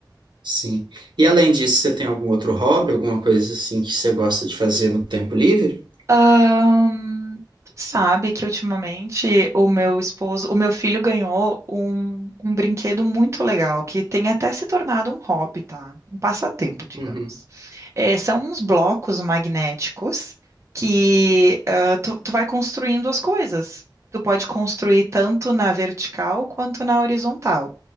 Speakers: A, on the right (about 75°); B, on the right (about 40°).
A: sim. E além disso, você tem algum outro hobby, alguma coisa assim que você gosta de fazer no tempo livre?
B: Ahn, tu sabe que ultimamente o meu esposo, o meu filho ganhou um, um brinquedo muito legal, que tem até se tornado um hobby, tá? Um passatempo, digamos.
A: Uhum.
B: É, são uns blocos magnéticos que ah, tu, tu vai construindo as coisas. Tu pode construir tanto na vertical quanto na horizontal.